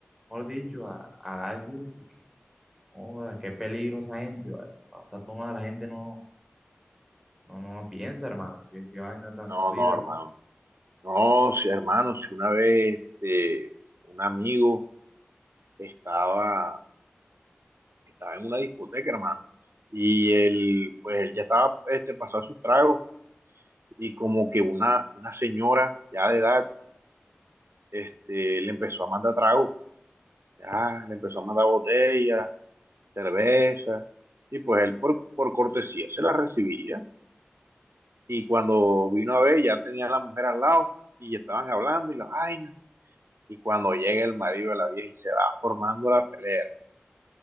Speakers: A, in the centre; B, on the right.
A: mejor dicho, a, a dar duro, porque, joda, qué peligro esa gente, ¿vale? Cuando está tomada la gente no, no, no piensa, hermano, qué, qué vaina tan
B: No,
A: jodida.
B: no, hermano. No, sí, hermano, si una vez este, un amigo estaba, estaba en una discoteca, hermano, y él, pues él ya estaba este, pasado sus tragos, y como que una, una señora ya de edad este, le empezó a mandar tragos, ya le empezó a mandar botellas, cerveza, y pues él por, por cortesía se la recibía. Y cuando vino a ver, ya tenía a la mujer al lado y ya estaban hablando y la vaina. Y cuando llega el marido de la vieja y se va formando la pelea.